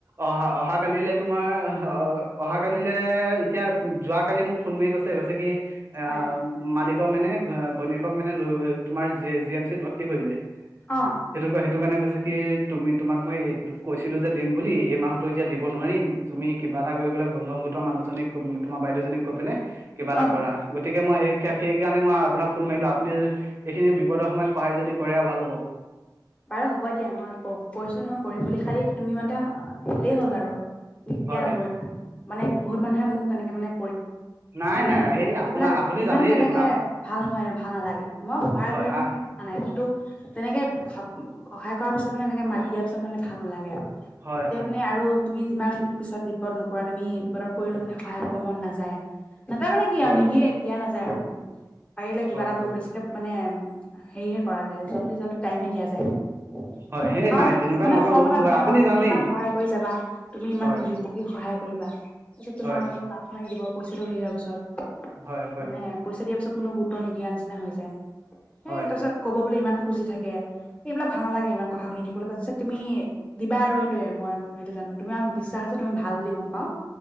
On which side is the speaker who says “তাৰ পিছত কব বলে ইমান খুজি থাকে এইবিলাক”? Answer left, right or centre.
Left